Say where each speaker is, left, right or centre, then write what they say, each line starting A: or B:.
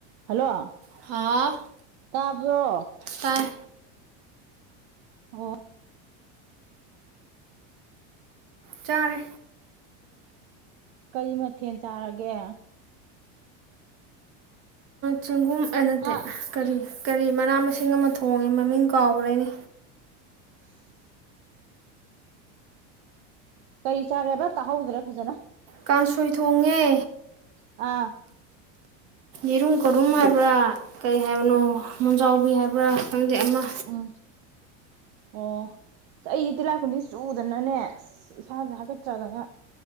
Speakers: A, on the right; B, on the right.
A: <inaudible> hello
B: ꯍꯥꯎ
A: ꯇꯕ꯭ꯔꯣ
B: ꯇꯥꯏ
A: ꯑꯣ
B: ꯆꯔꯦ
A: ꯀꯔꯤ ꯃꯊꯦꯜ ꯆꯥꯔꯒꯦ
B: ꯆꯪꯒꯣꯝ ꯑꯦ ꯅꯠꯇꯦ
A: ꯑꯥ
B: ꯀꯔꯤ ꯀꯔꯤ ꯃꯅꯥ ꯃꯁꯤꯡ ꯑꯃ ꯊꯣꯡꯉꯦ ꯃꯃꯤꯡ ꯀꯥꯎꯈ꯭ꯔꯦꯅꯦ
A: <inaudible> ꯀꯔꯤ ꯆꯥꯔꯦꯕ ꯇꯥꯍꯧꯗ꯭ꯔꯦ ꯐꯖꯅ
B: ꯀꯥꯡꯁꯣꯏ ꯊꯣꯡꯉꯦ
A: ꯑ
B: ꯏꯔꯨꯝ ꯈꯨꯔꯨꯝꯃꯕ ꯀꯩ ꯍꯥꯏꯦꯕꯅ
A: ꯎꯝ
B: ꯃꯨꯖꯥꯎ ꯀꯏ ꯍꯥꯏꯕ ꯈꯪꯗꯦ ꯑꯃ
A: ꯎꯝ ꯑꯣ ꯆꯍꯤ ꯇꯤꯂꯥ ꯀꯨꯟꯗꯤ ꯆꯨꯗꯅꯅꯦꯁ ꯏꯁꯥꯥꯁ ꯍꯥꯀꯠꯆꯗꯅ